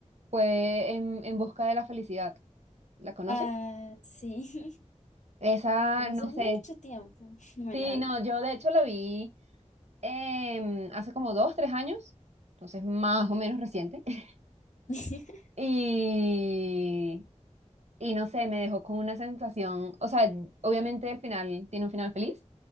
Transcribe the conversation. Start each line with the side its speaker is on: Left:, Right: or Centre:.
Right: fue En, en Busca de la Felicidad. ¿La conoces?
Left: Ah, sí.
Right: Esa,
Left: pero
Right: no
Left: hace mucho
Right: sé.
Left: tiempo <laughs> me
Right: Sí,
Left: la
Right: no,
Left: vi.
Right: yo de hecho la vi em, hace como dos, tres años, entonces más o menos reciente. <laughs>
Left: <laughs>
Right: Y, y no sé, me dejó con una sensación, o sea, obviamente el final tiene un final feliz,